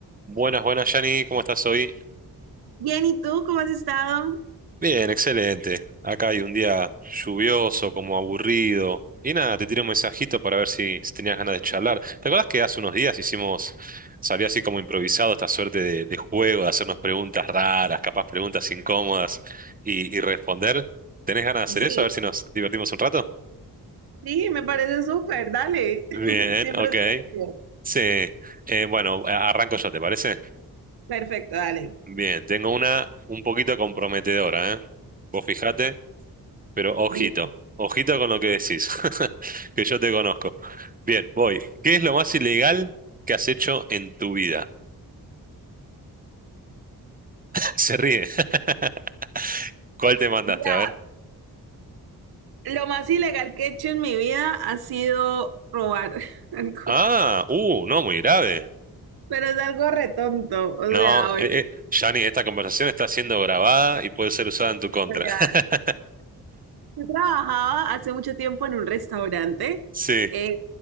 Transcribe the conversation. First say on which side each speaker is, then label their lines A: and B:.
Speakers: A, on the right (about 20°); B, on the right (about 70°).
A: Buenas, buenas, Yanni, ¿cómo estás hoy?
B: Bien, ¿y tú cómo has estado?
A: Bien, excelente. Acá hay un día lluvioso, como aburrido. Y nada, te tiré un mensajito para ver si, si tenías ganas de charlar. ¿Te acuerdas que hace unos días hicimos, salió así como improvisado esta suerte de, de juego, de hacernos preguntas raras, capaz preguntas incómodas y, y responder? ¿Tenés ganas de hacer
B: Sí,
A: eso? A ver si nos divertimos un rato.
B: sí, me parece súper, dale.
A: Bien,
B: <laughs> Siempre
A: ok.
B: es divertido.
A: Sí. Eh, bueno, a- arranco ya, ¿te parece?
B: Perfecto, dale.
A: Bien, tengo una un poquito comprometedora, ¿eh? Vos fijate. Pero ojito,
B: Di-
A: ojito con lo que decís, <laughs> que yo te conozco. Bien, voy. ¿Qué es lo más ilegal que has hecho en tu vida? Se ríe. <laughs> ¿Cuál te mandaste?
B: Mira,
A: A ver.
B: lo más ilegal que he hecho en mi vida ha sido robar <laughs> algo,
A: Ah, uh, no, muy grave.
B: pero es algo retonto. O
A: No,
B: sea, bueno,
A: eh, eh, Gianni, esta conversación está siendo grabada y puede ser usada en tu
B: o
A: contra.
B: sea,
A: <laughs>
B: yo trabajaba hace mucho tiempo en un restaurante.
A: Sí.
B: eh,